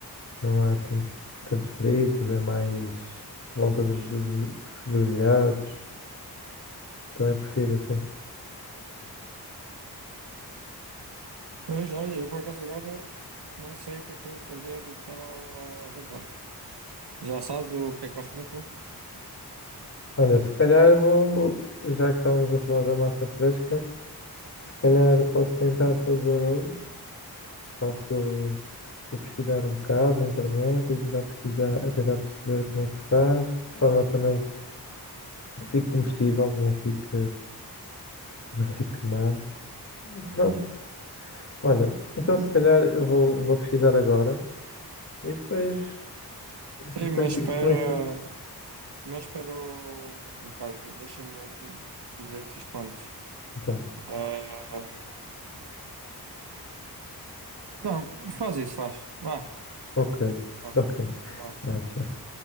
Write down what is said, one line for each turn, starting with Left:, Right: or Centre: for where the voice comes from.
Left: não há tantos, tantos feridos, é mais por volta dos, dos grelhados, então eu prefiro assim.
Right: Pois, olha, eu por acaso agora nem sei o que é que eu hei de fazer para o jantar. Já sabes o que é que vais comer tu?
Left: Olha, se calhar vou, já que estávamos a falar da massa fresca, se calhar posso tentar fazer hoje, faço, vou pesquisar um bocado na internet e tentar pesquisar, tentar perceber como é que se faz, de forma também que fique comestível, não fique, não fique má. Pronto. Olha, então se calhar eu vou, vou pesquisar agora e depois,
Right: Sim,
Left: depois
Right: mas
Left: digo-te
Right: espera.
Left: como é que fica.
Right: Mas espera um um bocado, deixa-me deixa-me dizer-te isto antes.
Left: Então,
Right: Ah, não, faz isso, faz. Vá,
Left: ok,
Right: tá,
Left: ok.
Right: vá.
Left: Ah, tchau.